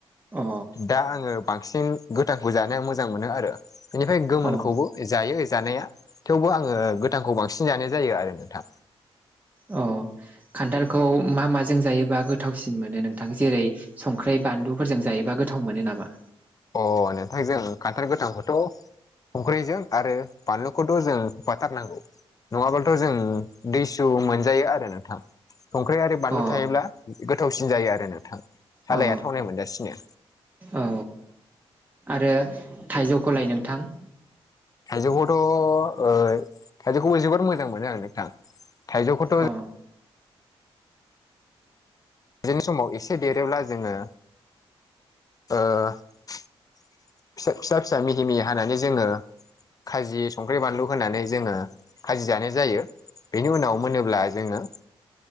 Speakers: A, on the right; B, on the left.
A: अ
B: दा आङो बांसिन गोथांखौ जानो मोजां मोनो आरो बेनिफाय गोमोनखौबो
A: अ
B: जायो जानाया थेवबो आङो गोथांखौ बांसिन जानाय जायो आरो नोंथां
A: अ खान्थालखौ मा माजों जायोबा गोथावसिन मोनो नोंथां जेरै संख्रि बानलुफोरजों जायोबा गोथाव मोनो नामा
B: अ नोंथां जों खान्थाल गोथांखौथ संख्रिजों आरो बानलुखौथ जों होफाथारनांगौ नङाबालथ जों दुइसु मोनजायो आरो नोथां संख्रि आरो बानलु
A: अ
B: थायोब्ला गोथावसिन जायो आरो नोंथां
A: अ
B: सालाया थावनाय मोनजासिनो
A: औ आरो थाइजौखौलाय नोंथां
B: थाइजौखौथ ओ थाइजौखौबो जोबोद मोजां मोनो आं नोंथां थाइजौखौथ
A: अ
B: बिनि समाव एसे देरोब्ला जोङो ओ फिसा फिसा मिहि मिहि हानानै जोङो खाजि संख्रि बानलु होनानै जोङो खाजि जानाय जायो बेनि उनाव मोनोब्ला जोङो